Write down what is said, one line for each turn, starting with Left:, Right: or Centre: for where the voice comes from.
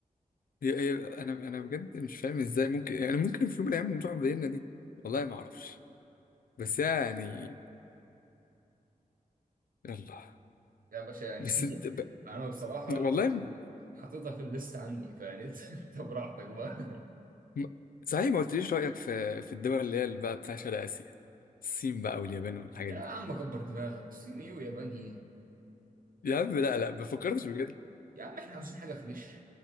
Left: هي هي انا انا بجد مش فاهم ازاي ممكن يعني ممكن في يوم من الايام نروح فيينا دي والله ما اعرفش بس يعني يلا
Right: يا باشا يعني
Left: بس انت
Right: <laughs>
Left: ب...
Right: انا بصراحه
Left: والله
Right: حطيتها حطيتها في الليست عندي فيعني انت <laughs> انت براحتك بقى
Left: م- صحيح ما قلتليش رأيك في في الدول اللي هي اللي بقى بتاع شرق آسيا الصين بقى واليابان والحاجات
Right: يا
Left: دي
Right: عم كبر دماغك صيني وياباني ايه
Left: يا عم لا لا ما فكرتش بجد
Right: يا عم احنا عاوزين حاجه فريش